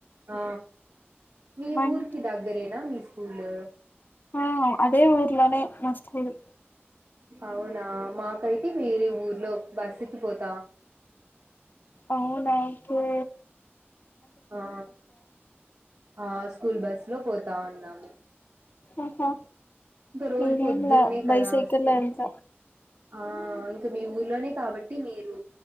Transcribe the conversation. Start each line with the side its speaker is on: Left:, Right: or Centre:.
Right: ఆ మీ
Left: మా
Right: ఊరికి
Left: ఇంటి
Right: దగ్గరే నా మీ స్కూల్
Left: ఆ అదే ఊరిలోనే మస్తదు
Right: అవునా మాకైతే వేరే ఊర్లో బస్సుకి పోతు
Left: అవు నాకుే
Right: ఆ ఆ స్కూల్ బస్ లో పోతా ఉన్నాము
Left: ఆహా
Right: ఇంకా రోజు
Left: ననే
Right: పొద్దున్నే
Left: ఏంలా
Right: కదా
Left: బైసైకిల్
Right: వస్తది
Left: ఎంత
Right: ఆ ఇంక మీ ఊర్లోనే కాబట్టి మీరు